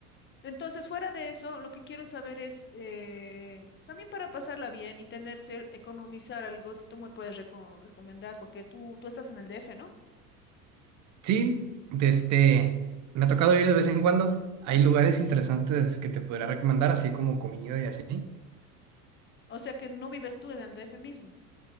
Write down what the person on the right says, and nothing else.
Sí, desde, me ha tocado ir de vez en cuando. Hay lugares interesantes que te podría recomendar, así como comida y así.